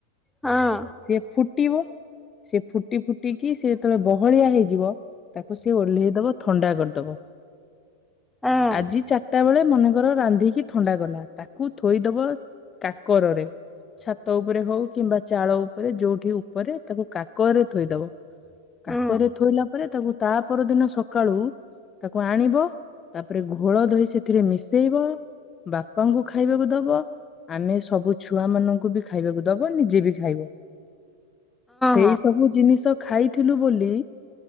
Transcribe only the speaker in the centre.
ହଁ।
ହଁ
ହଁ
ହଁ